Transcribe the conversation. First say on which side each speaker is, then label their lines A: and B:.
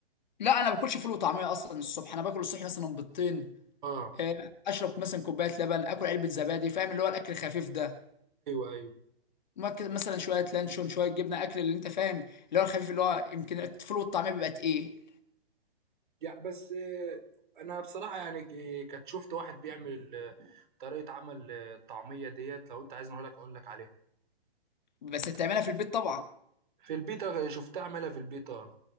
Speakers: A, on the left; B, on the right.
A: لا انا ما باكلش فول وطعميه اصلا الصبح انا باكل الصبح مثلا بيضتين
B: اه
A: آه، اشرب مثلا كوبايه لبن اكل علبه زبادي فاهم اللي هو الاكل الخفيف ده
B: ايوه ايوه
A: ممكن مثلا شويه لانشون شويه جبنه اكل اللي انت فاهم اللي هو الخفيف اللي هو يمكن الفول والطعميه بيبقى تقيل
B: يعني بس آه، انا بصراحه يعني ك- كنت شفت واحد بيعمل آه، طريقه عمل آه، الطعميه ديت لو انت عايزني اقول لك اقول لك عليها
A: بس بتعملها في البيت طبعا
B: في البيتا شفتها عملها في البيتا